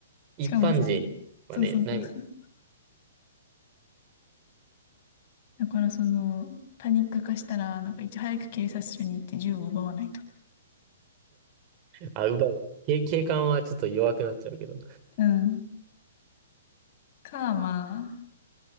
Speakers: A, on the right (about 35°); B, on the left (about 45°).
A: に。
B: しかもさ、
A: 一般人はね、
B: そうそうそう。
A: ないもん。
B: だからその、パニック化したら、なんかいち早く警察署に行って銃を奪わないと。
A: あ、奪う。け警官はちょっと弱くなっちゃうけど。
B: うん。か、ま